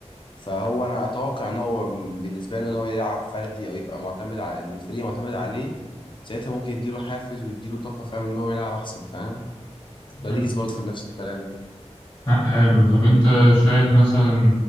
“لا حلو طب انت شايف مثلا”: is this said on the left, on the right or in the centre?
Left